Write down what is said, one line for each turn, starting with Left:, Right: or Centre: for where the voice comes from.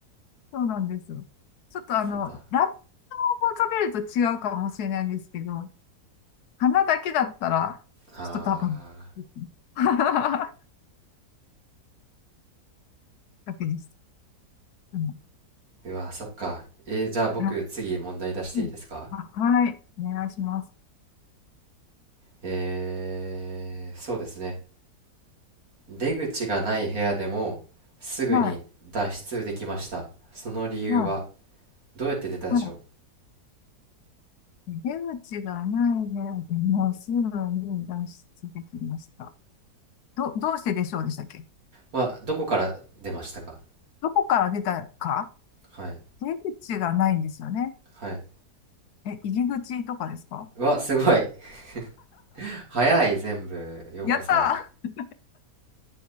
Left: そうなんですよ。ちょっとあの、
Right: そうだ。
Left: ラップを食べると違うかもしれないですけど、花だけだったら、
Right: あ
Left: 一束ですね。<laughs> だけです。うん
Right: ー、うわ、そっか。えー、じゃあ僕、
Left: あ、
Right: 次問題出していいですか
Left: うんあはい。お願いします。
Right: えー、そうですね。出口がない部屋でもすぐに脱出できました。
Left: はい。
Right: その理由は
Left: はい。
Right: どうやって出たでしょ
Left: はい。出口がない部屋でもすぐに脱出できました。ど、どうしてでしょうでしたっけ
Right: うは、どこから出ましたか
Left: どこから出たか
Right: はい。
Left: 出口がないんですよね。
Right: はい。
Left: え、入り口とかですか
Right: うわ、すごい。<laughs> 早い、全部、陽子さん。
Left: やったー